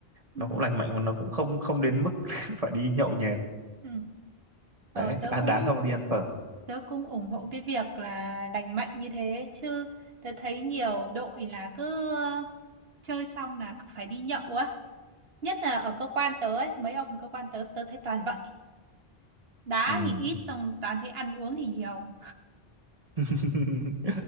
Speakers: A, on the right; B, on the right.
A: Ừ.
B: nó cũng lành mạnh mà nó cũng không không đến mức <laughs> phải đi nhậu nhẹt
A: Ừ. Ờ
B: đấy
A: tớ
B: đá,
A: cũng
B: đá xong là đi ăn phở
A: tớ cũng ủng hộ cái việc là lành mạnh như thế chứ tớ thấy nhiều đội là cứ chơi xong là phải đi nhậu á nhất là ở cơ quan tớ ấy mấy ông cơ quan tớ tớ thấy toàn vậy đá
B: ừ.
A: thì ít xong toàn thấy ăn uống thì nhiều
B: <laughs>